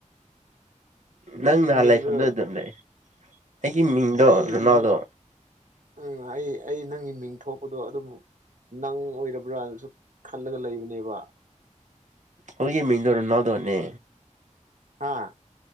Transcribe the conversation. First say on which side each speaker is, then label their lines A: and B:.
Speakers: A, on the right (about 75°); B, on the right (about 65°).
A: ꯅꯪꯒꯤ
B: ꯅꯪ ꯅꯍꯥꯟ
A: ꯃꯤꯡꯗꯣ
B: ꯂꯥꯏꯐꯝꯗ ꯑꯗꯨꯝ ꯂꯩ ꯑꯩꯒꯤ ꯃꯤꯡꯗꯣ
A: ꯑꯩ
B: ꯔꯣꯅꯥꯜꯗꯣ
A: ꯎꯝ ꯑꯩ ꯑꯩ ꯅꯪꯒꯤ ꯃꯤꯡ ꯊꯣꯛꯄꯗꯣ ꯑꯗꯨꯕꯨ ꯅꯪ ꯑꯣꯏꯔꯕ꯭ꯔꯥꯅꯁꯨ ꯈꯜꯂꯒ ꯂꯩꯔꯤꯅꯦꯕ
B: ꯍꯣꯢꯒꯤ ꯃꯤꯡꯗꯣ ꯔꯣꯅꯥꯜꯗꯣꯅꯦ
A: ꯍꯥꯥ